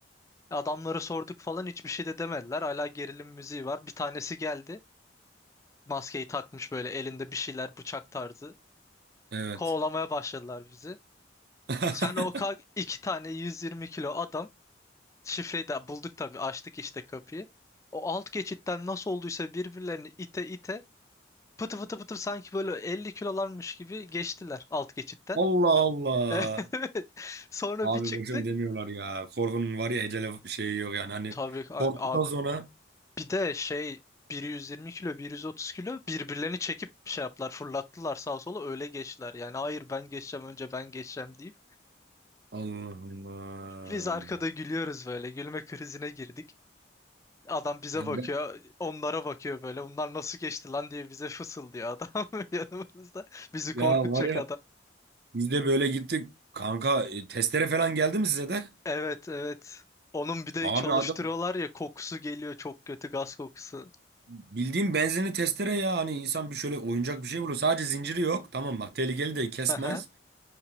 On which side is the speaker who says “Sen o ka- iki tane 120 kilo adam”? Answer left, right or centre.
Left